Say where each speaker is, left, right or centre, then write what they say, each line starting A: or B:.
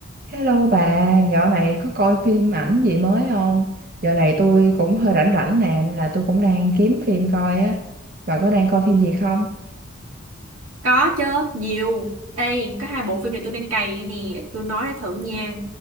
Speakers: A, on the right (about 45°); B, on the right (about 80°).
A: Hello bà, dạo này có coi phim ảnh gì mới không? Dạo này tôi cũng hơi rảnh rảnh nè, nên là tôi cũng đang kiếm phim coi á. Bà có đang coi phim gì không?
B: Có chứ, nhiều. Ê, có hai bộ phim này tôi đang cày nè, tôi nói để thử nha.